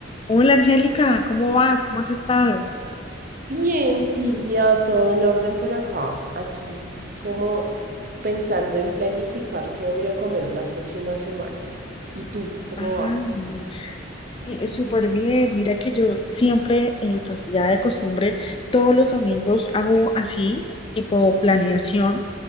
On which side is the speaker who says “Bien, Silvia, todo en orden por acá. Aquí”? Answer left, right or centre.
Right